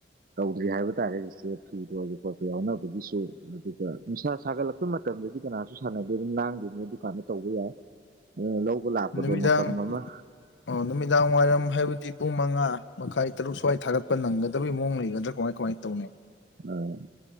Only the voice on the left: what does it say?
ꯅꯨꯃꯤꯗꯥꯡ
ꯑꯣ ꯅꯨꯃꯤꯗꯥꯡ ꯋꯥꯏꯔꯝ ꯍꯥꯏꯕꯗꯤ ꯄꯨꯡ ꯃꯉꯥ ꯃꯈꯥꯏ ꯇꯔꯨꯛ ꯁ꯭ꯋꯥꯏ ꯊꯥꯒꯠꯄ ꯅꯪꯒꯗꯕꯩ ꯃꯑꯣꯡ ꯂꯩꯒꯗ꯭ꯔꯥ ꯀꯃꯥꯏ ꯀꯃꯥꯏꯅ ꯇꯧꯅꯤ